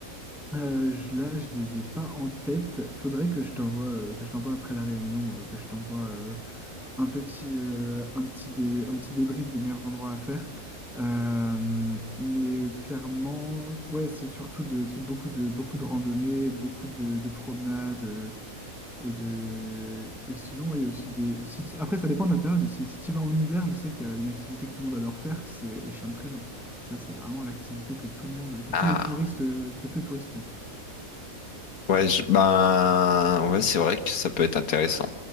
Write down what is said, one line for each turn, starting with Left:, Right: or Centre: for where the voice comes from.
Centre: Euh, je, là, je les ai pas en tête. Faudrait que je t'envoie, euh, que je t'envoie après la réunion, euh, que je t'envoie euh, un petit, euh, un petit dé- un petit débrief des meilleurs endroits à faire. Euh, mais euh, clairement, ouais, c'est surtout de, c'est beaucoup de, beaucoup de randonnées, beaucoup de, de promenades euh, et de, et sinon, ouais, il y a aussi des. si tu- après, ça dépend de la période. Si, si tu vas en hiver, je sais qu'il y a une activité que tout le monde adore faire, c'est les chiens de traîneau. Ça, c'est vraiment l'activité que tout le monde, que
Left: Ah,
Centre: tous les touristes, que tous les touristes font.
Left: ouais, je- ben, ouais, c'est vrai que ça peut être intéressant.